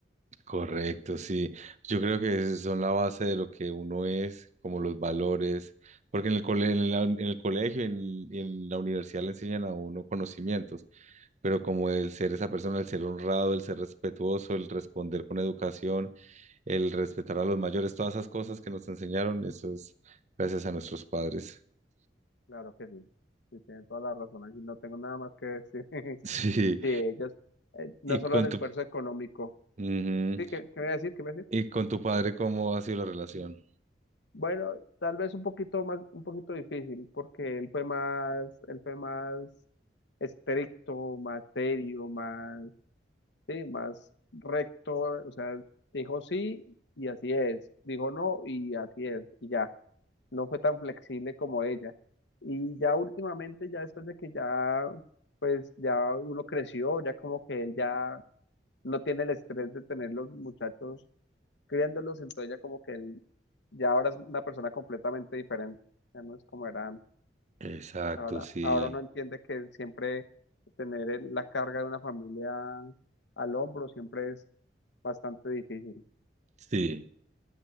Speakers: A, on the right (about 40°); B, on the left (about 80°).
A: correcto, sí. Yo creo que son la base de lo que uno es, como los valores, porque en el cole- en la- en el colegio en- y en la universidad le enseñan a uno conocimientos pero como el ser esa persona, el ser honrado, el ser respetuoso, el responder con educación, el respetar a los mayores, todas esas cosas que nos enseñaron, eso es gracias a nuestros padres. <laughs>
B: Claro que sí. Sí, tienen toda la razón, así no tengo nada más que decir. <laughs>
A: Sí,
B: Sí, ellos, eh, no
A: y
B: solo
A: con
B: el esfuerzo
A: tu,
B: económico.
A: ujú.
B: Sí, ¿qué, qué me iba a decir? ¿Qué me iba a decir?
A: Y con tu padre, ¿cómo ha sido la relación?
B: Bueno, tal vez un poquito más, un poquito difícil, porque él fue más, él fue más estricto, más serio, más, sí, más recto, o sea, dijo sí y así es, dijo no y así es, y ya, no fue tan flexible como ella. Y ya últimamente, ya después de que ya, pues ya uno creció, ya como que él ya no tiene el estrés de tener los muchachos criándolos, entonces ya como que él ya ahora es una persona completamente diferente, ya no es como era antes.
A: Exacto,
B: Ahora,
A: sí,
B: ahora no entiende que siempre tener el- la carga de una familia al hombro siempre es bastante difícil.
A: sí,